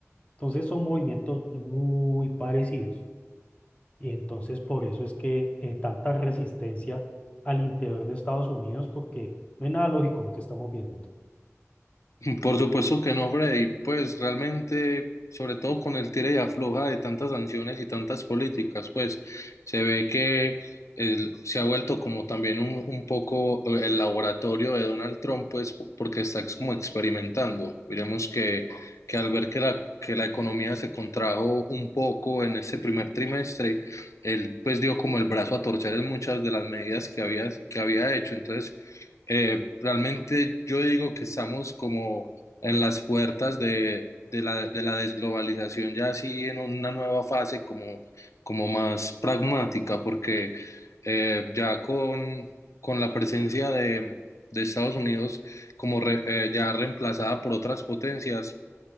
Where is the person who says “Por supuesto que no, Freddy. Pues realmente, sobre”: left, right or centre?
Left